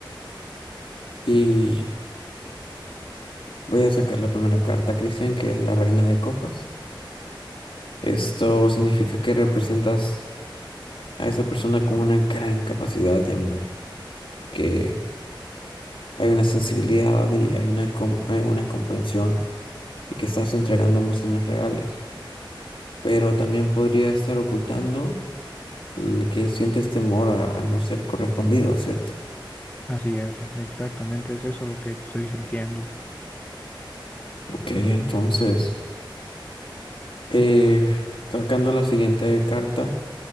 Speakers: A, on the left; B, on the left.
A: Y voy a sacar la primera carta, Cristian, que es la Reina de Copas. Esto significa que representas a esa persona con una gran capacidad de amar, que hay una sensibilidad y hay una, com- hay una comprensión y que estás entregando emociones reales, pero también podría estar ocultando el que sientes temor a, a no ser correspondido, ¿cierto?
B: Así es, exactamente es eso lo que estoy sintiendo.
A: Ok, entonces, eh, sacando la siguiente carta,